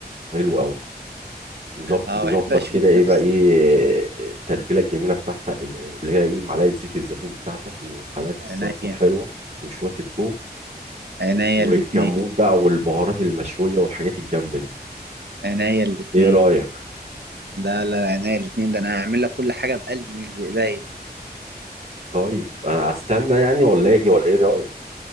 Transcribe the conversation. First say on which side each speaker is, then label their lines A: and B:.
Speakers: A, on the right; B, on the right.
A: حلو أوي نظب-
B: اه
A: نظبط
B: بحب اشوف
A: كده ايه
B: نفسي
A: بقى ايه التتبيله الجميله بتاعتك ال- اللي هي ايه معلقه زيت الزيتون بتاعتك ومعلقه
B: عينيا
A: الصلصه الحلوه وشويه الثوم
B: عينيا
A: والكمون
B: الاتنين
A: بقى والبهارات المشويه والحاجات الجامده دي
B: عينيا الاتنين
A: ايه رايك
B: لا لا عينيا الاتنين ده انا هعمل لك كل حاجة بقلبي مش بايديا
A: طيب انا استنى يعني ولا اجي ولا ايه رايك